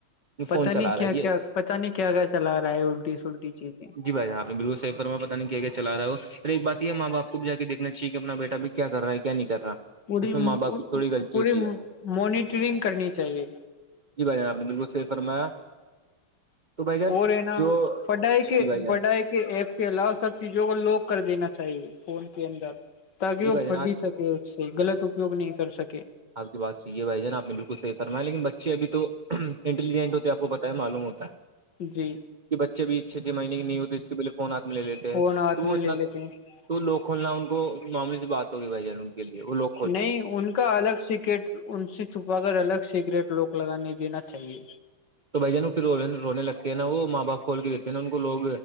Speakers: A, on the right (about 55°); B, on the left (about 55°).
A: فون
B: پتا
A: چلا
B: نہیں
A: رہا
B: کیا
A: ہے یہ
B: کیا پتا نہیں کیا کیا چلا رہا ہے الٹی سلٹی چیزیں
A: جی بائیان آپ بالکل سفر میں پہ نہیں کیا چلا رہا ہو پھر ایک بات یہ ماں بپ کو بھی جا کے دیکنا چاہیے کہ اپنا بیٹا بھی کیا کر رہا ہے کیا نہیں کر رہا
B: پوری
A: اس میں ماں باپ کی تھوڑی غلطی
B: پوری
A: ہوتی ہے
B: موانیٹرنگ کرنی چاہیے
A: جی بھائی آپ نے بالکل صحی فرمایا تو بھائی جان
B: اور رہ ہے ن
A: جو
B: بڈا ایک
A: جی جی بھائی جان
B: بڈا ایک کے ایپ کے علاوہ سب چیزوں کو لوک کر دینا چاہیے فون کے اندر تاکہ
A: جی
B: وہ
A: بھائی جان
B: پھڈی
A: آج
B: سکے اس سے غلط اپیوگ نہیں کر سکے
A: آپ کی بات صحی ہے بھائی جان آپ نے بالکل صح فرما ہے لیکن بچے ابھی تو اننٹیلیجنٹ ہوتے ہیں آپ کو پتہ ہے معلوم ہوتا ہے
B: جی
A: کہ بچے بھی چھ چھ مہینے کی نہیں ہوتے اس کے پہلے فون ہاتھ میں لے لیتے
B: فون
A: ہیں
B: ہاتھ
A: تو وہ
B: میں
A: اتنا
B: لے لیتے ہیں
A: تو لوک کھولنا ان کو معاملے سے بات ہوگی بھائی جان ان کے لیے وہ لو
B: نہیں ان کا الگ سکٹ ان سے چھپا کر الگ سیکریٹ لوک لگانے دینا چاہیے
A: تو بھائی جن پھر رونے لگتے ہیں نا وہ ماں باپ کھول کے دیتے ہیں نا ان کو لوگ